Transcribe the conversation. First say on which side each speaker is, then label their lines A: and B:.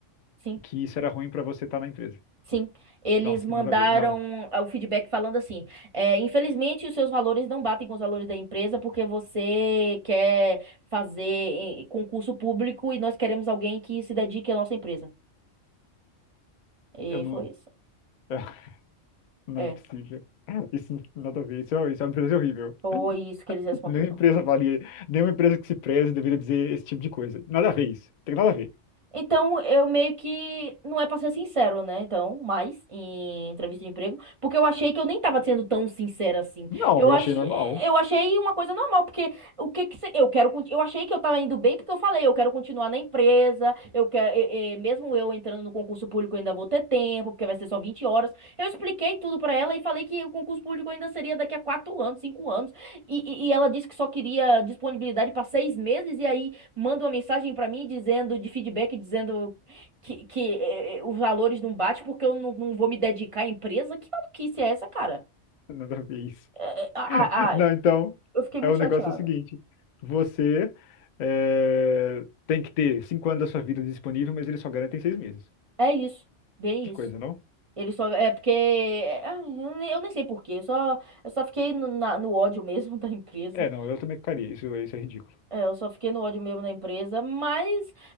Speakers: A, on the right (about 45°); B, on the left (about 70°).
A: sim.
B: que isso era ruim pra você estar na empresa.
A: Sim, eles
B: Nossa,
A: mandaram
B: que nada a ver. Não,
A: ah, o feedback falando assim: é, infelizmente, os seus valores não batem com os valores da empresa porque você quer fazer eh, concurso público e nós queremos alguém que se dedique à nossa empresa. E
B: eu não.
A: foi isso.
B: <laughs> Não
A: É.
B: é possível. Isso não tem nada a ver. Isso é, isso é uma empresa horrível.
A: Foi isso que eles responderam.
B: Nenhuma empresa valia, nenhuma empresa que se preze deveria dizer esse tipo de coisa. Nada a ver isso. Tem nada a ver.
A: Então, eu meio que. Não é pra ser sincero, né? Então, mais em entrevista de emprego. Porque eu achei que eu nem tava sendo tão sincera assim.
B: Não,
A: Eu
B: eu
A: achei,
B: achei normal.
A: eu achei uma coisa normal. Porque o que que. cê- Eu quero. conti- Eu achei que eu tava indo bem porque eu falei, eu quero continuar na empresa. Eu quero. eh, eh, mesmo eu entrando no concurso público, eu ainda vou ter tempo, porque vai ser só 20 horas. Eu expliquei tudo pra ela e falei que o concurso público ainda seria daqui a 4 anos, 5 anos. E, e, e ela disse que só queria disponibilidade pra seis meses. E aí. manda uma mensagem pra mim dizendo, de feedback, dizendo que, que eh, eh, os valores não batem porque eu não, não vou me dedicar à empresa? Que maluquice é essa, cara?
B: <laughs> Nada a ver isso.
A: É, é, ah, ah,
B: Não,
A: ah,
B: então,
A: eu fiquei muito
B: é o
A: chateada.
B: negócio é o seguinte. Você é, tem que ter cinco anos da sua vida disponível, mas eles só garantem seis meses.
A: É isso, bem
B: Que
A: isso.
B: coisa, não?
A: Ele só. É porque. é, Eu nem eu nem sei por quê. Só, eu só fiquei no, na- no ódio mesmo <laughs> da empresa.
B: É, não, eu também ficaria. Isso, isso é ridículo.
A: É, eu só fiquei no ódio mesmo na empresa, mas